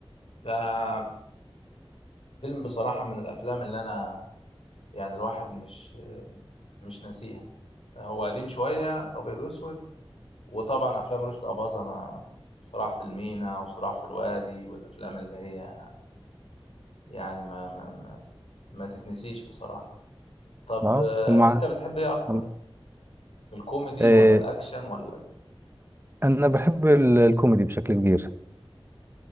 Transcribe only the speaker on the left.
ففيلم بصراحة من الأفلام اللي أنا يعني الواحد مش مش ناسيها هو قديم شوية أبيض وأسود وطبعا افلام رشدي اباظة ما صراع في المينا وصراع في الوادي والافلام اللي هي يعني ما ما ما, ما تتنسيش بصراحة طب
آه،
انت بتحب ايه اكتر
الكوميدي
ولا الاكشن ولا ال-